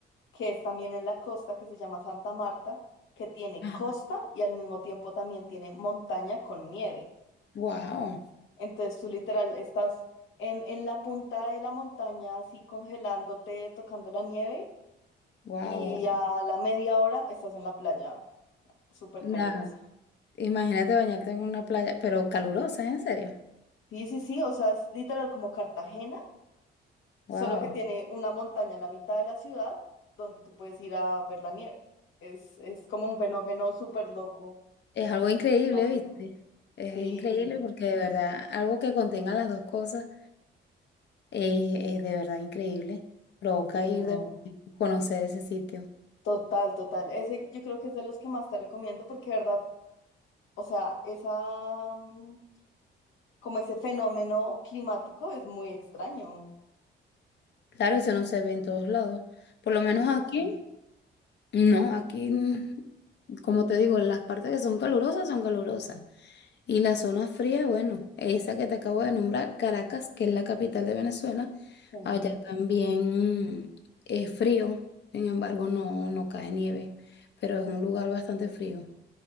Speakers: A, on the left (about 80°); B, on the left (about 60°).
A: que es también en la costa que se llama Santa Marta, que tiene
B: <laughs>
A: costa y al mismo tiempo también tiene montaña con nieve.
B: Wow,
A: Entonces tú literal estás en, en la punta de la montaña así congelándote, tocando la nieve
B: wow,
A: y a la media hora estás en la playa súper
B: wow.
A: calurosa.
B: Imagínate bañarte en una playa, pero calurosa, en serio.
A: Sí, sí, sí, o sea, es literal como Cartagena
B: Wow.
A: solo que tiene una montaña en la mitad de la ciudad donde tú puedes ir a ver la nieve. Es, es como un fenómeno súper loco,
B: Es algo increíble,
A: climático.
B: ¿viste? Es
A: Sí,
B: increíble porque de verdad, algo que contenga las dos cosas es, es de verdad increíble. Provoca
A: sí, no.
B: ir de conocer ese sitio.
A: Total, total. Ese yo creo que es de los que más te recomiendo porque, de verdad, o sea, esa, mm, como ese fenómeno climático es muy extraño.
B: Claro, eso no se ve en todos lados. Por lo menos
A: Sí, sí,
B: aquí,
A: sí.
B: no, aquí, mm, como te digo, las partes que son calurosas son calurosas. Y la zona fría, bueno, esa que te acabo de nombrar, Caracas, que es la capital de Venezuela,
A: Sí,
B: allá también es frío, sin embargo no, no cae nieve, pero es un lugar bastante frío.